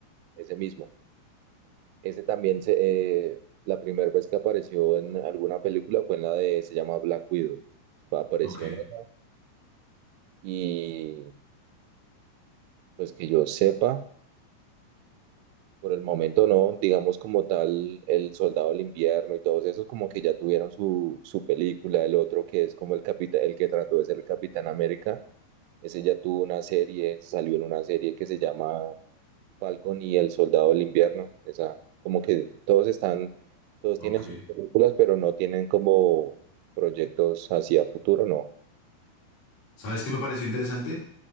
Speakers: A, on the right; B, on the left.
A: ese mismo. Ese también, se, eh, la primera vez que apareció en alguna película fue en la de, se llama Black Widow. Fue- Apareció
B: Ok,
A: en esa y pues que yo sepa, por el momento no, digamos como tal, El Soldado del Invierno y todos esos como que ya tuvieron su, su película, el otro que es como el capitán, el que trató de ser el Capitán América, ese ya tuvo una serie, salió en una serie que se llama Falcon y El Soldado del Invierno. Esa, como que todos están, todos
B: ok.
A: tienen sus películas, pero no tienen como proyectos hacia futuro, no.
B: ¿Sabes qué me pareció interesante?